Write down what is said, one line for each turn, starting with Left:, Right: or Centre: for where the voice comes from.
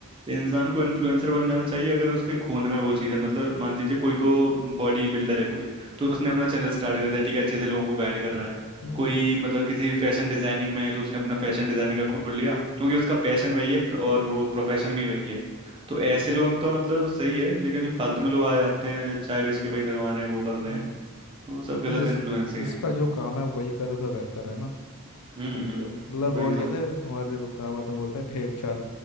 Right: इंसान को इन्फ्लुएंसर बन जाना चाहिए अगर उसके खून में वो चीज़ है मतलब मान लीजिए कोई को बॉडी बिल्डर है कोई तो उसने अपना चैनल स्टार्ट कर दिया ठीक है अच्छे से लोगों को गाइड कर रहा है
Left: हम्म
Right: कोई मतलब किसी फैशन डिजाइनिंग में है तो उसने अपना फैशन डिजाइनिंग का खोल लिया क्योंकि उसका पैशन वही है और वो प्रोफेशन भी वही है तो ऐसे लोगों का मतलब सही है लेकिन जो फालतू में लोग आ जाते हैं चाय बेच के पैसा कमा रहे हैं वो कर रहे
Left: हम्म।
Right: हैं वो सब गलत
Left: तो जिस
Right: इन्फ्लुएंसिंग
Left: जिसका
Right: है
Left: जो काम है वही करे तो बेहतर है ना
Right: हम्म
Left: मतलब
Right: हम्म
Left: वो
Right: वही तो
Left: कहते हैं हमारे वो क्या बात में बोलते हैं भेड़ चाल